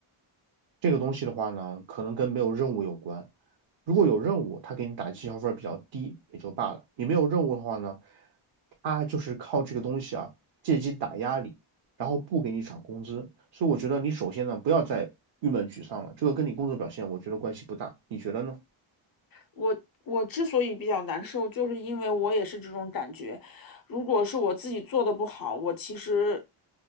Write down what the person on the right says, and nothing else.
这个东西的话呢，可能跟没有任务有关。如果有任务，他给你打绩效分儿比较低也就罢了。你没有任务的话呢，他就是靠这个东西啊，借机打压你，然后不给你涨工资。所以我觉得你首先呢，不要再郁闷沮丧了，这个跟你工作表现我觉得关系不大。你觉得呢？